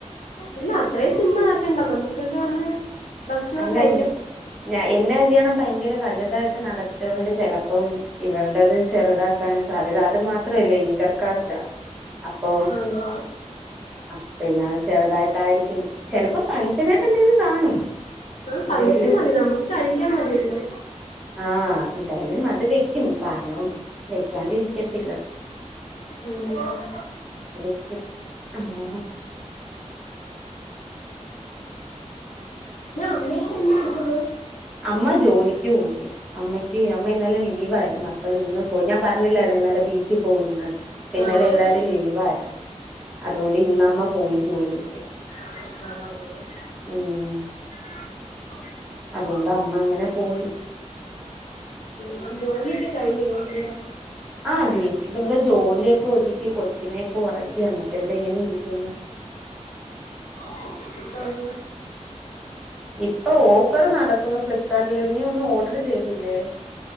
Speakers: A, on the left; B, in the centre.
A: ഇല്ല അത്രയും സിമ്പിളാക്കണ്ട നമ്മുക്കൊന്താ വന്ന് ഭക്ഷണം
B: അല്ല
A: കഴിക്കാം
B: ൻ <unintelligible> എന്റെ കല്യാണം ഭയങ്കര വലുതായിട്ട് നടത്തിയൊണ്ട് ചെലപ്പം ഇവൾടത് ചെറുതാ ക്കാനാ സാധ്യത അത് മാത്രല്ല ഇങ്കർകാസ്റ്റാ അപ്പം
A: ആണോ
B: അപ്പ പിന്നെ ചെറുതായിട്ടായിരിക്കും ചെലപ്പോ ഫങ്ഷനായിട്ട് എന്തെലും കാണും
A: ആ ഫങ്ഷൻ
B: എന്തേലും
A: മതി നമ്മക്ക് കഴിക്കാൻ മതി ഇല്ലെ
B: ആഹ് എന്തായാലും അത് വെക്കും കാരണം വെക്കാണ്ടിരിക്കത്തില്ല
A: ഉം
B: അത് വെക്കും അങ്ങനെ
A: നീ എന്താ എട്ക്കുന്നത്
B: അമ്മ ജോലിക്ക് പോയി അമ്മയ്ക്ക് അമ്മ ഇന്നലെ ലീവായിരുന്നു അപ്പ ഇന്ന് പോയി ഞാൻ പറഞ്ഞില്ലായിരുന്നോ ഇന്നലെ ബീച്ച് പോയിന്ന് ഇന്നലെ
A: ആഹ്
B: എല്ലാരും ലീവായിരുന്നു അതുകൊണ്ട് ഇന്നമ്മ പോയി ജോലിക്ക്
A: <unintelligible>
B: ഉം
A: ഉ <inaudible>
B: അതു കൊണ്ട് അമ്മ അങ്ങനെ പോയി
A: ഉം ജോലിക്കെ കഴിഞ് വീട്ട്ലാ
B: ആഹ് വീട്ടില് ഇവിടെ ജോലിയൊക്കെ ഒതുക്കി കൊച്ചിനെക്കെ ഒറക്കി വന്നിട്ട് ഇവിടെ ഇങ്ങനെ ഇരിക്ന്ന്
A: ആഹ്
B: ഇപ്പൊ ഓഫറ് നടക്കുന്നു ഫ്ലിപ്കാർട്ടില് നീ ഒന്നും ഓഡറ് ചെയ്തില്ലേ?